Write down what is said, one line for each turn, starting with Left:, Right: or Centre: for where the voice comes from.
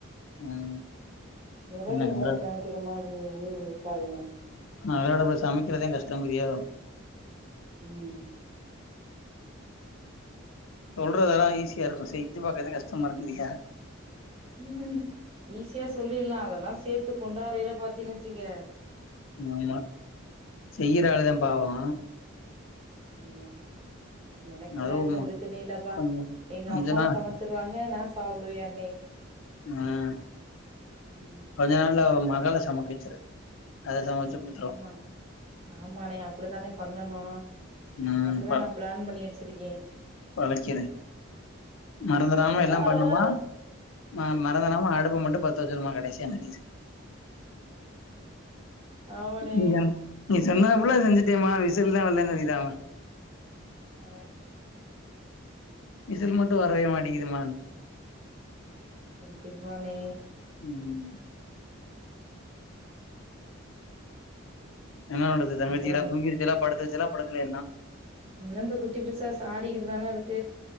Left: ம்
Right: விறகு
Left: என்னங்க
Right: அடுப்புல சமைக்கிற மாறி இருக்கது அண்ணே
Left: விறகு அடுப்புல சமைக்கிறதே கஷ்டேங்கிறியே
Right: ம்
Left: சொல்றது எல்லா ஈஸியா இருக்கு செஞ்சு பாக்கறாது தா கஷ்டமா இருக்குறியா
Right: ம் ஈஸியா சொல்லிறலா அத எல்லா சேத்து கொண்டாறையல பாத்தினா வச்சுக்கே
Left: ஆமா செய்ற ஆளுதா பாவே
Right: ஆமா எனக்கெல்லா
Left: அதுவு
Right: எந்த பிரச்சனை இல்ல பா
Left: கொஞ்சோ
Right: எங்க
Left: கொஞ்ச
Right: அம்மா
Left: நாள்
Right: சமைச் சுருவாங்க நா சாப்பிடுவே அண்ணே
Left: ஆ
Right: ம்
Left: கொஞ்ச நாள்ல மகளா சமைக்கா வைச்சுரு அது சமைச்சு குடுத்துரு
Right: ஆம்மா ஆமானே அப்டிதானே பண்ணணு
Left: ம்
Right: அப்டிதா நா பிளான் பண்ணி வச்சிருக்கே
Left: பழக்கிறே மறந்துடாம
Right: ரொம்ப
Left: எல்லா
Right: வர
Left: பண்ணுமா
Right: வர
Left: ம மறந்துடாம அடுப்ப மட்டு பாத்து பத்திரமா கடைசியா மாட்டிகிச்சு
Right: ஆமா ண்ணே
Left: நீ சொன் நீ சொன்னாத புல்ல செஞ்சுட்டமா விசில் தா வரலைனு நெனைக்குற அவ
Right: ஆ
Left: விசில்
Right: கண்டிப்
Left: மட்டு வரவே மாட்டிதுமான்
Right: கண்டிப்பானே
Left: ம் என்ன நடக்குது தங்கச்சிலா
Right: அப்றோ
Left: தூங்கிருசில்லா படுத்துருசில்லா படுக்கலயா இன்னு
Right: இன்னு இந்த குட்டி பிசாசு ஆடிகிட்டு தானருக்கு